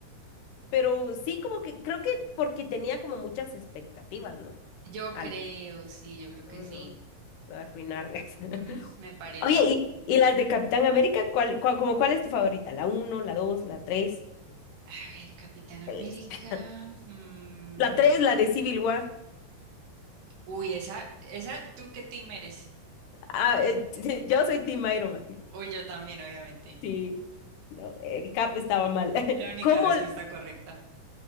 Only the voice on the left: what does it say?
Pero sí, como que creo que porque tenía como muchas expectativas, ¿no?
Altas.
Mm,
lo arruinaron.
<laughs>
Oye, ¿y, y las de Capitán América? ¿Cuál, cuál- como cuál es tu favorita? ¿La uno, la 2, la 3?
Tres. <laughs>
La 3, la de Civil War.
Ah, eh, <laughs> yo soy Team Iron Man.
Sí, no, el Cap estaba mal. <laughs>
¿Cómo,